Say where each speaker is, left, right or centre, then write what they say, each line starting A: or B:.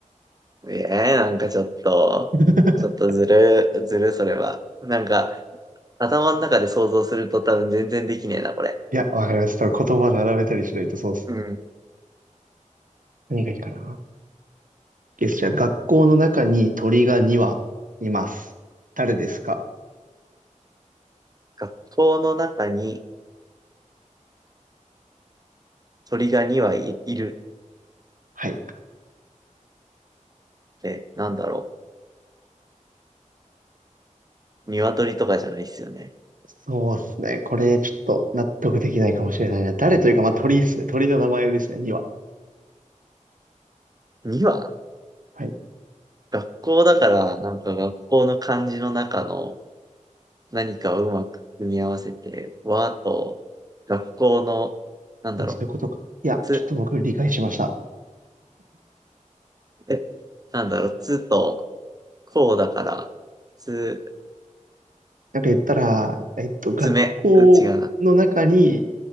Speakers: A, on the right; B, on the right.
A: ええなんかちょっと、
B: <laughs>
A: ちょっとずる、ずる、それは。なんか、頭の中で想像すると多分全然できねえな、これ。
B: いや、わかりました。言葉並べたりしないとそうっす。
A: うん。
B: 何がいいかな。ゲスじゃあ、学校の中に鳥が2羽います。誰ですか
A: 学校の中に鳥が2羽い、いる
B: はい。
A: って、なんだろう。鶏とかじゃないっすよね。
B: そうですね。これ、ちょっと納得できないかもしれないな。誰というか、まあ、鳥ですね。鳥の名前ですね、2羽。
A: 2羽
B: はい。
A: 学校だから、なんか学校の漢字の中の何かをうまく組み合わせて、和と、学校の、なんだろ
B: でもそういうことか。いや、
A: う、つ、
B: ちょっと僕理解しました。
A: え、なんだろう、つと、こうだから、つ、
B: なんか言ったら、えっと、学校の中に、
A: 爪。うん、違うな。